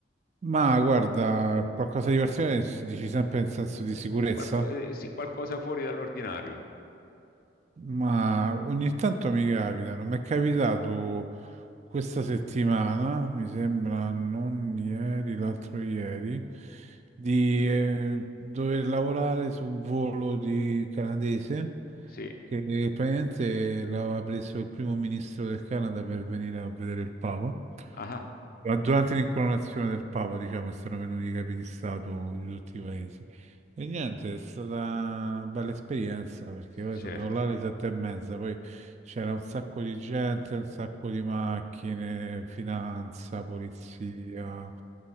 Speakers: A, on the right; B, on the left.
A: Ma guarda, qualcosa di particolare si- dici sempre in senso di sicurezza,
B: Qualco ehm, sì, qualcosa fuori dall'ordinario.
A: ma ogni tanto mi capita, non mi è capitato questa settimana, mi sembra non ieri, l'altro ieri, di eh, dover lavorare su un volo di canadese
B: Sì.
A: che praticamente l'aveva preso il primo ministro del Canada per venire a vedere il Papa.
B: Ah-ah,
A: Ma durante l'incoronazione del Papa, diciamo, sono venuti i capi di Stato di tutti i paesi. E niente, è stata una bella esperienza perché poi
B: certo.
A: sono andato là alle sette e mezza, poi c'era un sacco di gente, un sacco di macchine, finanza, polizia, un